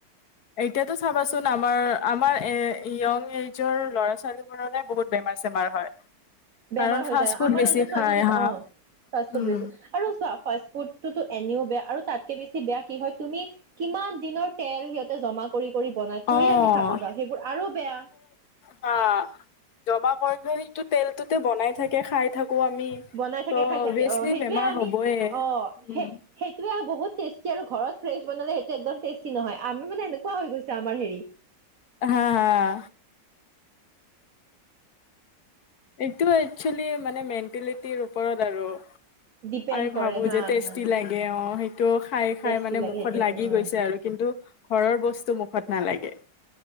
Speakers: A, on the left (about 60°); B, on the right (about 50°).
A: এতিয়াতো চাবাচোন আমাৰ, আমাৰ এ- ইউং এজাৰ এজৰ ল'ৰা-ছোৱালী <inaudible> বহুত বেমাৰ-চেমাৰ হয়।
B: বেমাৰ
A: কাৰণ
B: হৈ
A: ফাষ্ট
B: যায়।
A: ফুড
B: আমাৰ
A: বেছি
B: এজৰ ছোৱালী
A: খায়
B: কেইটা
A: হা
B: অ', ফাষ্ট-ফুড
A: উম
B: বেছে আৰু চোৱা, ফাষ্ট ফুডোতো এনেও বেয়া আৰু তাতকে বেছি বেয়া কি হয়, তুমি কিমান দিনৰ তেল সিহঁতে জমা কৰি কৰি বনাই
A: অ'।
B: থৰি আমি চাব যাওঁ। সেইবোৰ আৰু বেয়া।
A: অ'। জমা কৰি কৰিটো সেইটো তেলটোতে বনাই থাকে, খাই থাকো আমি।
B: বনাই থাকে
A: ত'
B: খাই থাকে,
A: অভিয়াচলি
B: অ', সেইটোয়ে
A: বেমাৰ
B: আমি,
A: হ'বয়ে।
B: অ',
A: উম।
B: সেই, সেই কিবা, বহুত টেষ্টি ঘৰত ফ্ৰেছ বনালে সেইটো একদম টেষ্টি নহয়, আমি মানে এনেকুৱা হৈ গৈছে আমাৰ হেৰি
A: হা, হা। এইটো একচুৱেলি মানে মেণ্টেলিটিৰ ওপৰত আৰু।
B: ডিপেণ্ড
A: আমি
B: কৰে
A: ভাবো
B: হা
A: যে টেষ্টি
B: হা
A: লাগে অ', সেইটো খাই, খাই
B: টেষ্টি
A: মানে
B: লাগে
A: মুখত
B: সেইটোৱেতো
A: লাগি
B: অ
A: গৈছে আৰু কিন্তু ঘৰৰ বস্তু মুখত নালাগে।